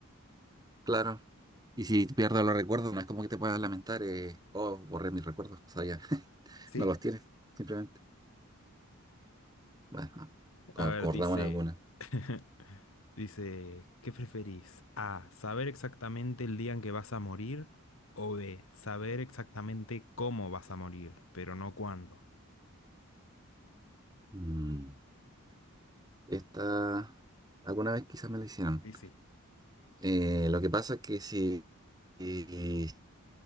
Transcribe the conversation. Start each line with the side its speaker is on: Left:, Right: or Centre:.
Right: claro. Y si pierdo los recuerdos, no es como que te puedas lamentar, eh, oh, borré mis recuerdos, o sea, ya. <laughs>
Left: Sí.
Right: No los tienes, simplemente. Bueno, ah, co-
Left: A
Right: acordamos
Left: ver, dice,
Right: en alguna.
Left: <laughs> dice, ¿qué preferís? A, saber exactamente el día en que vas a morir o B, saber exactamente cómo vas a morir, pero no cuándo.
Right: Mm, Esta, alguna vez quizás me la hicieron.
Left: Difícil.
Right: Eh, lo que pasa es que si, si,